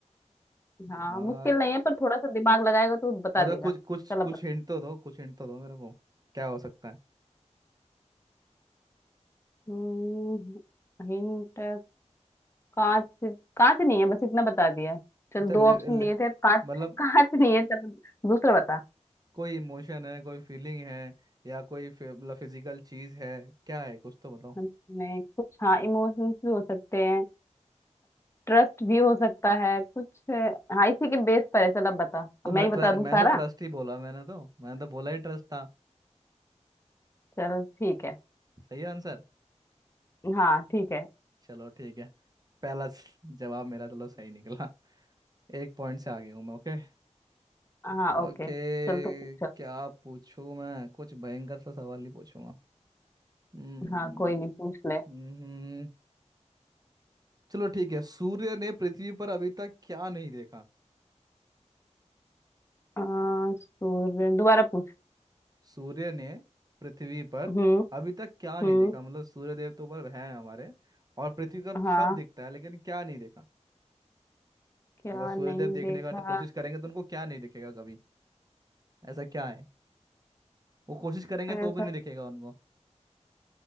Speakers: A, on the left; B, on the right.
A: हाँ
B: दिमाग
A: मुश्किल नहीं है पर थोड़ा सा दिमाग लगाएगा तो बता
B: अच्छा
A: देगा
B: कुछ कुछ
A: चलो
B: कुछ
A: बता
B: हिंट तो दो कुछ हिंट तो दो मेरे को क्या हो सकता है
A: हम्म, हिंट कांच कांच नहीं है बस इतना बता दिया चल
B: अच्छा
A: दो
B: ले,
A: ऑप्शन
B: ले,
A: दिए थे कांच
B: मतलब
A: कांच नहीं है चल दूसरा बता
B: कोई इमोशन है कोई फीलिंग है या कोई फि- मतलब फिजिकल चीज है क्या है कुछ तो बताओ
A: नहीं कुछ हाँ इमोशंस भी हो सकते हैं ट्रस्ट भी हो सकता है कुछ हाँ इसी के बेस पर है चल अब बता
B: तो
A: मैं
B: मैं
A: ही
B: ट्र,
A: बता दूं
B: मैं
A: सारा
B: तो ट्रस्ट ही बोला मैंने तो मैंने तो बोला ही ट्रस्ट था
A: चल ठीक है
B: सही आंसर
A: हाँ ठीक है
B: चलो ठीक है पहला स- जवाब मेरा चलो सही निकला एक पॉइंट से आगे हूँ मैं ओके
A: हाँ
B: ओके
A: ओके चल तो पूछ
B: क्या पूछूं मैं कुछ भयंकर सा सवाल ही पूछूंगा हम्म,
A: हाँ कोई नहीं पूछ ले
B: हम्म, हम्म। चलो ठीक है सूर्य ने पृथ्वी पर अभी तक क्या नहीं देखा
A: आ, सूर्य दोबारा पूछ
B: सूर्य ने पृथ्वी पर
A: हम्म
B: अभी तक क्या
A: हम्म
B: नहीं देखा मतलब सूर्य देव तो ऊपर है हमारे और पृथ्वी का
A: हाँ
B: सब दिखता है लेकिन क्या नहीं देखा
A: क्या
B: अगर सूर्यदेव
A: नहीं
B: देखने
A: देखा
B: का तो कोशिश करेंगे तो उनको क्या नहीं दिखेगा कभी ऐसा क्या है वो कोशिश करेंगे
A: ऐसा
B: तो भी नहीं दिखेगा उनको